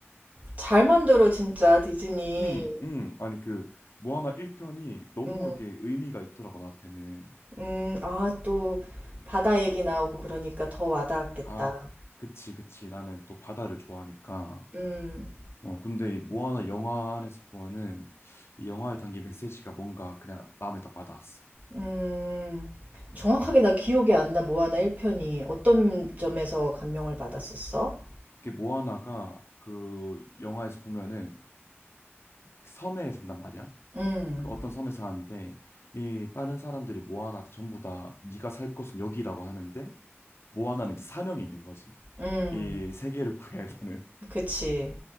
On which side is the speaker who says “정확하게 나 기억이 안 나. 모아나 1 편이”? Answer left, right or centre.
Right